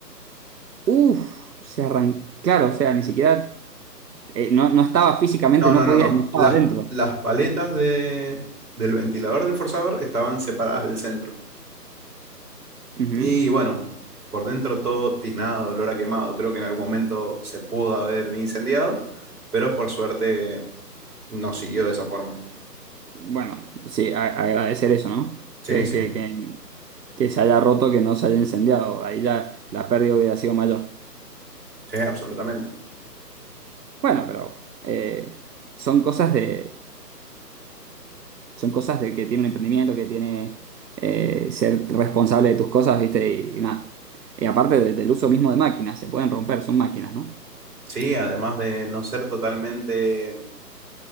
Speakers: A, on the right (about 80°); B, on the right (about 60°).
A: Uf, se arrancó. Claro, o sea, ni siquiera. eh, no, no estaba físicamente,
B: No,
A: no
B: no,
A: podía,
B: no, no.
A: no estaba
B: Las,
A: adentro.
B: las paletas de, del ventilador del forzador estaban separadas del centro.
A: Ujú.
B: Y bueno, por dentro todo tiznado, olor a quemado. Creo que en algún momento se pudo haber incendiado, pero por suerte no siguió de esa forma.
A: Bueno, sí, a- agradecer eso, ¿no?
B: Sí,
A: Que,
B: sí,
A: que, que, que se haya roto, que no se haya incendiado. Ahí ya la pérdida hubiera sido mayor.
B: sí, absolutamente.
A: Bueno, pero eh, son cosas de, Son cosas de que tiene un emprendimiento, que tiene eh, ser responsable de tus cosas, ¿viste? Y, y nada. Y aparte de- del uso mismo de máquinas, se pueden romper, son máquinas, ¿no?
B: Sí, además de no ser totalmente